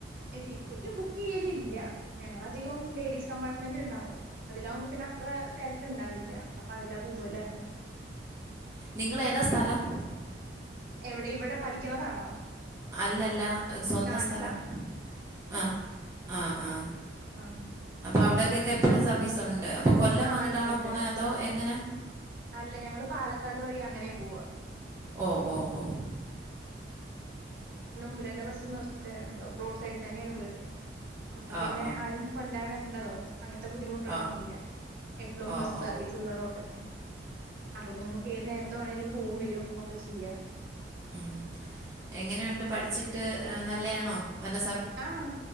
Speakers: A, on the right; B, on the right.
A: ടിക്കറ്റ് ബുക്ക് ചെയ്യല ഇല്ല ഞങ്ങളധികം ലേഡീസ് കമ്പാർട്ട്മെന്റ് ഉണ്ടാവും അതിലാവകുമ്പോ പിന്നെ അത്ര തിരക്കുണ്ടാവില്ല അപ്പൊ അതിലാ പോവല് അങ്ങനെ
B: നിങ്ങൾഏതാ സ്ഥലം
A: ഇവിടെ ഇവിടെ പഠിക്കണതാണോ
B: അല്ലല്ല സ്വന്തം
A: നാട്ടിലാ
B: സ്ഥലം അ ആ ആ
A: അണോ
B: അവിടേക്കൊക്കെ എപ്പോഴും സർവീ ഉണ്ട് അപ്പോൾ കൊല്ലം
A: ആ
B: വന്നിട്ടാണോ
A: ഇണ്ട് ഇണ്ട്
B: പോണത് അതോ എങ്ങനെ
A: അല്ല ഞങ്ങള് പാലക്കാട് വഴി അങ്ങനെ പോവാ
B: ഓ ഓ ഓ
A: വരുന്ന ബസ് നിർത്തിത്തണ്ടോ റോഡ് സൈഡ് തന്നെയാണ് വീട് അപ്പോ പിന്നെ
B: ഓ! ഓ!
A: ആരും കൊ ഉള്ളതോ അങ്ങനത്തെ ബുദ്ധിമുട്ടുകളൊന്നുമില്ല
B: ഓ!
A: എപ്പളും
B: ഓ!
A: ബസ്
B: ഓ!
A: സർവീസ് ഉള്ള റോഡ് തന്നെ അപ്പൊ പിന്നെ നമുക്ക് ഏത് നേരത്ത വേണേങ്കിലും പോവും വരും ഒക്കെ ചെയ്യാം
B: ഉം എങ്ങനെയുണ്ട് പഠിച്ചിട്ട് നല്ലയാണോ നല്ല
A: ആഹ